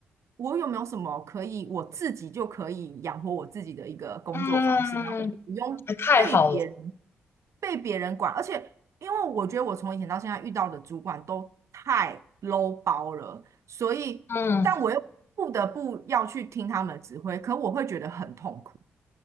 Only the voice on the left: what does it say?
嗯，
太好了，
嗯，